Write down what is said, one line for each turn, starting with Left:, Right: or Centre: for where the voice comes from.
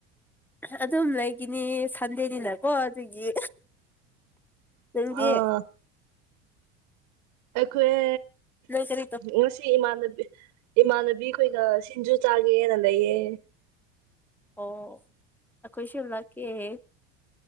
Centre: ꯑꯗꯨꯝ ꯂꯩꯒꯤꯅꯤ ꯁꯟꯗꯦꯅꯤꯅꯀꯣ ꯑꯗꯨꯒꯤ ꯅꯪꯗꯤ
Right: ꯑ ꯑꯩꯈꯣꯏ
Centre: ꯅꯪ ꯀꯔꯤ ꯇꯧ
Right: ꯉꯁꯤ ꯏꯃꯥꯟꯅꯕꯤ ꯏꯃꯥꯟꯅ ꯈꯣꯏꯒ ꯁꯤꯡꯖꯨ ꯆꯥꯒꯦꯔ ꯂꯩꯏꯌꯦ
Centre: ꯑꯣ ꯑꯩꯈꯣꯏ ꯁꯤꯕꯂꯥꯛꯀꯤꯦꯦ